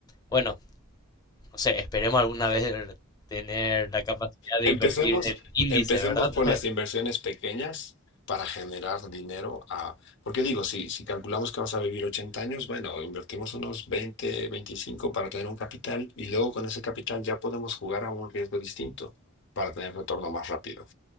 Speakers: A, on the left; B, on the left.
A: Bueno, no sé, esperemos alguna vez tener la capacidad de
B: empecemos,
A: invertir en índice,
B: empecemos
A: ¿verdad?
B: por
A: <laughs>
B: las inversiones pequeñas para generar dinero a, porque digo, si, si calculamos que vamos a vivir 80 años, bueno, invertimos unos 20, 25 para tener un capital y luego con ese capital ya podemos jugar a un riesgo distinto para tener retorno más rápido